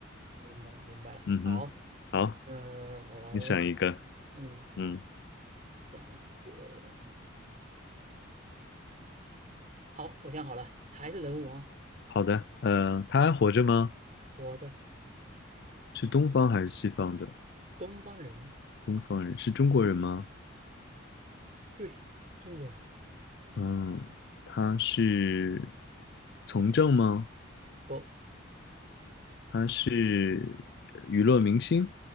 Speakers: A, on the right (about 40°); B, on the left (about 60°).
A: 明白明白了。
B: 嗯哼，
A: 好，
B: 好，
A: 嗯，我来，
B: 你想一个，
A: 嗯，
B: 嗯，
A: 想一个。好，我想好了，还是人物啊，
B: 好的，呃，他还活着吗？
A: 活着，
B: 是东方还是西方的？
A: 东方人，
B: 东方人，是中国人吗？
A: 对，中国人，
B: 嗯，他是从政吗？
A: 不，
B: 他是娱乐明星、